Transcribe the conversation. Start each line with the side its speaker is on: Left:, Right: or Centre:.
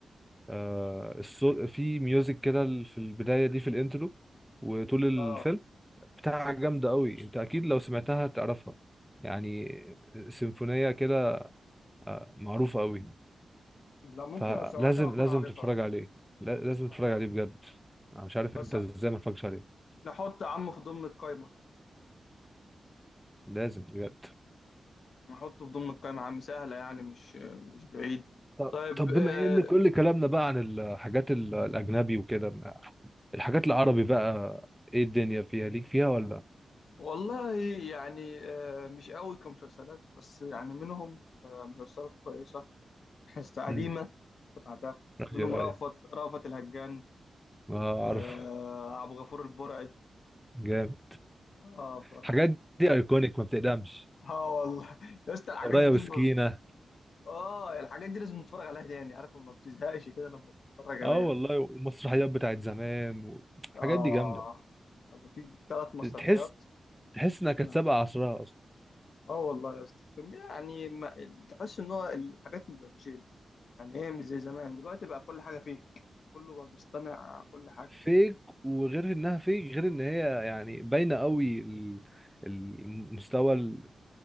Centre: آه، الصوت في ميوزك كده في البدايه دي في الانترو وطول الفيلم
Left: اه
Centre: بتاع جامدة قوي انت اكيد لو سمعتها تعرفها يعني سيمفونية كده معروفة قوي
Left: لا ممكن
Centre: فلازم
Left: لو سمعتها اكون
Centre: لازم
Left: عارفها
Centre: تتفرج عليه لا-
Left: لو
Centre: لازم
Left: سمعت
Centre: تتفرج
Left: عنه.
Centre: عليه بجد انا مش عارف
Left: بس
Centre: انت ازاي ما اتفرجتش عليه
Left: نحط عم في ضمن القايمة
Centre: لازم بجد
Left: نحطه في ضمن القايمة عم سهلة يعني مش مش بعيد
Centre: طب
Left: طيب
Centre: طب
Left: آه
Centre: بما ان كل كلامنا بقى عن الحاجات ال- الاجنبي وكده ما- الحاجات العربي بقى ايه الدنيا فيها ليك فيها ولا
Left: والله يعني آه مش قوي كمسلسلات بس يعني منهم آه مسلسلات كويسة حس قديمة
Centre: امم
Left: سمعتها
Centre: ايوه
Left: منهم رأفت
Centre: ايوه
Left: رأفت الهجان
Centre: ما
Left: آه
Centre: اعرف
Left: عبد الغفور البرعي
Centre: جامد
Left: اه ف...
Centre: الحاجات دي ايكونيك ما بتقدمش
Left: اه والله يا اسطى الحاجات
Centre: قرايه
Left: دي
Centre: وسكينه
Left: ب... اه الحاجات دي لازم نتفرج عليها تاني عارف ما بتزهقش كده لما بتتفرج عليها
Centre: اه والله ومسرحيات بتاعت زمان والحاجات
Left: آه
Centre: دي جامده
Left: في ثلاث مسرحيات
Centre: تحس تحس انها كانت
Left: نعم
Centre: سابقه عصرها اصلا
Left: اه والله يا اسطى يعني ما تحس ان هو الحاجات ما بقتش يعني ايه مش زي زمان دلوقتي بقى كل حاجه فيك كله بقى بيستمع كل حاجه
Centre: فيك وغير انها فيك غير ان هي يعني باينه قوي ال- المستوى ال-